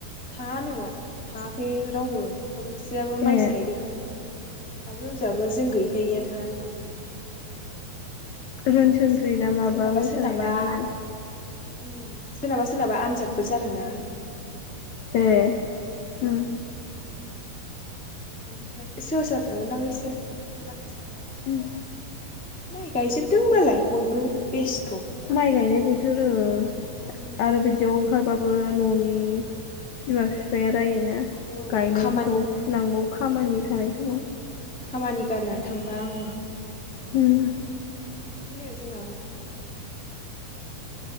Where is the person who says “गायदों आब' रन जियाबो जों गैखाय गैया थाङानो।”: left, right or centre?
Centre